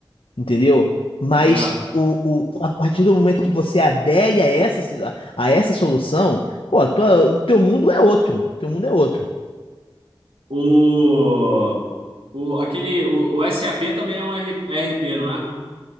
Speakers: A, on the left; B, on the right.
A: entendeu? Mas
B: É.
A: o, o, a partir do momento que você adere a essa, si- a a essa solução, pô, a tua, o teu mundo é outro. Teu mundo é outro.
B: O, o, aquele, o, o SAP também é um R- RP, não é?